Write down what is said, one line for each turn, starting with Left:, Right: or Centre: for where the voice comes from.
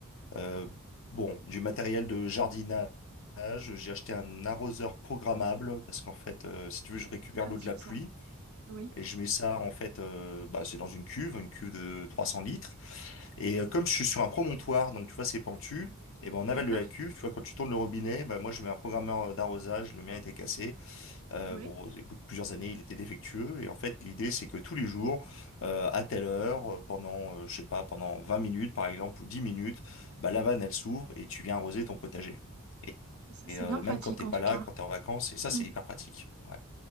Left: Euh, bon, du matériel de jardinage. J'ai acheté un arroseur programmable parce qu'en fait, euh, si tu veux, je récupère
Right: Bien pratique,
Left: l'eau de la pluie
Right: ça. Oui,
Left: et je mets ça en fait, euh, bah, c'est dans une cuve, une cuve de 300 litres. Et euh, comme je suis sur un promontoire, donc tu vois, c'est pentu. Et ben en aval
Right: d'accord.
Left: de la cuve, tu vois, quand tu tournes le robinet, bah, moi je mets un programmeur euh, d'arrosage, le mien était cassé, euh,
Right: Oui,
Left: bon, au bout de plusieurs années, il était défectueux. Et en fait, l'idée, c'est que tous les jours, euh, à telle heure, euh, pendant, euh, je sais pas, pendant 20 minutes, par exemple, ou 10 minutes, bah, la vanne, elle s'ouvre et tu viens arroser ton potager. Et,
Right: ça,
Left: et,
Right: c'est
Left: euh,
Right: bien pratique
Left: même quand t'es
Right: en
Left: pas
Right: tout
Left: là,
Right: cas.
Left: quand t'es en vacances, et ça,
Right: Mm.
Left: c'est hyper pratique. Ouais.